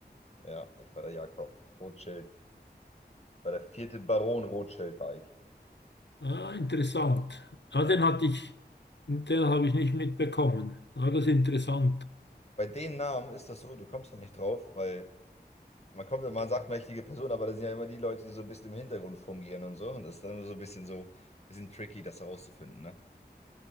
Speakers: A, on the left; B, on the left.
A: Ja, ich war der Jakob Rothschild. War der vierte Baron Rothschild war ich.
B: Ah, interessant. Ah, den hatte ich, den habe ich nicht mitbekommen. Ah, das ist interessant.
A: Bei den Namen ist das so, du kommst da nicht drauf, weil man kommt, man sagt mächtige Person, aber das sind ja immer die Leute, die so ein bisschen im Hintergrund fungieren und so. Und das ist dann so ein bisschen so, bisschen tricky, das herauszufinden, ne?